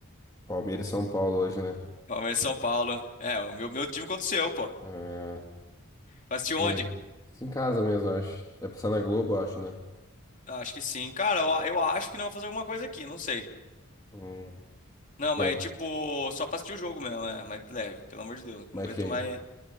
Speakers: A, on the left (about 15°); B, on the left (about 35°).
A: Palmeiras e São Paulo hoje, né?
B: Palmeiras e São Paulo. É, o meu, meu time contra o seu, pô.
A: Ah,
B: Vai assistir onde?
A: e em casa mesmo, eu acho. Vai passar na Globo, eu acho, né?
B: Ah, Acho que sim. Cara, eu, eu acho que não vou fazer alguma coisa aqui, não sei.
A: Hum,
B: Não,
A: quem?
B: mas tipo, só pra assistir o jogo mesmo, é, mas de leve, pelo amor de Deus.
A: Mas
B: Não aguento
A: quem?
B: mais.